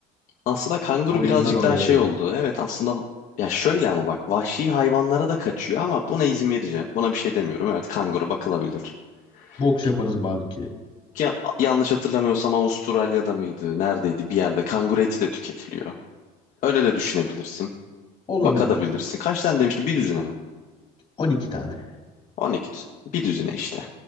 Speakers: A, on the left; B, on the left.
A: Aslında kanguru
B: Oyunlar
A: birazcık
B: oynarım.
A: daha şey oldu. Evet aslında ya şöyle ama bak vahşi hayvanlara da kaçıyor ama buna izin vereceğim. Buna bir şey demiyorum. Evet kanguru bakılabilir.
B: Boks
A: Ki,
B: yaparız belki.
A: ki ya- yanlış hatırlamıyorsam Avustralya'da mıydı? Neredeydi? Bir yerde kanguru eti de tüketiliyor. Öyle de düşünebilirsin.
B: Olabilir.
A: Bakabilirsin. Kaç tane demiştim? Bir düzine mi?
B: 12 tane.
A: 12 düzine. Bir düzine işte.